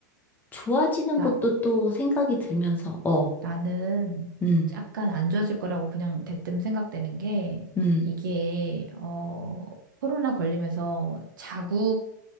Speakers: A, on the left (about 15°); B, on the right (about 85°).
A: 좋아지는
B: 다
A: 것도 또 생각이 들면서, 어,
B: 나는
A: 음,
B: 약간 안 좋아질 거라고 그냥 대뜸 생각되는 게
A: 음,
B: 이게 어 코로나 걸리면서 자국